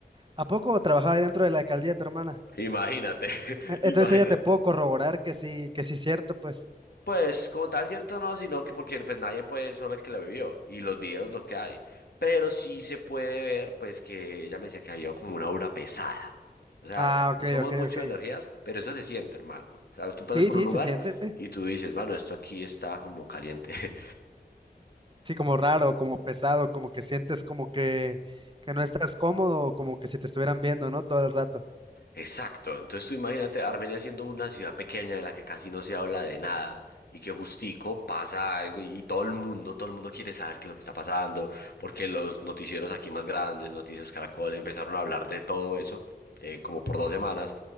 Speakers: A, on the right (about 30°); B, on the left (about 70°).
A: ¿A poco trabajaba ahí dentro de la alcaldía tu hermana?
B: Imagínate, <laughs>
A: E- Entonces
B: imagínate.
A: ella te puedo corroborar que sí, que sí es cierto, pues.
B: Pues como tal, cierto no, sino que porque pues nadie puede, solo el que la vivió y los videos lo que hay. Pero sí se puede ver pues que ella me decía que había como una aura pesada. O sea,
A: Ah, ok,
B: no somos
A: ok,
B: mucho
A: ok.
B: de energías, pero eso se siente, hermano. O sea, tú pasas
A: Sí,
B: por
A: sí,
B: un lugar
A: se siente.
B: y tú dices, mano, esto aquí está como caliente. <laughs>
A: Sí, como raro, como pesado, como que sientes como que, que no estás cómodo, como que si te estuvieran viendo, ¿no? Todo el rato.
B: Exacto, entonces tú imagínate Armenia siendo una ciudad pequeña en la que casi no se habla de nada y que justico pasa algo y y todo el mundo, todo el mundo quiere saber qué es lo que está pasando, porque los noticieros aquí más grandes, Noticias Caracol, empezaron a hablar de todo eso eh, como por dos semanas,